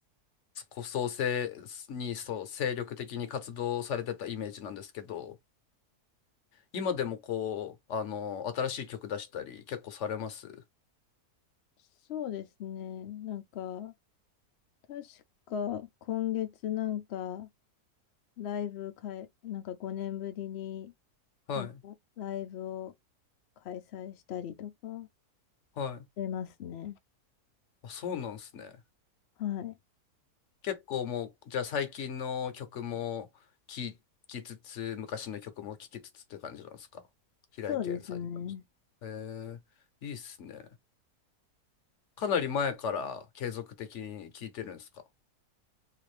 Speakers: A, on the left; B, on the left.
A: こそ、せに、そう、精力的に活動されてたイメージなんですけど、今でもこう、あの、新しい曲出したり結構されます
B: そうですね。なんか、確か今月なんか、ライブかい、なんか5年ぶりに
A: はい。
B: なんかライブを開催したりとか
A: はい。
B: してますね。
A: あ、そうなんですね。
B: はい。
A: 結構もう、じゃあ最近の曲も聴きつつ、昔の曲も聴きつつって感じなんですか平井堅さんに関しては。
B: そうですね。
A: へえ、いいっすね。かなり前から継続的に聴いてるんですか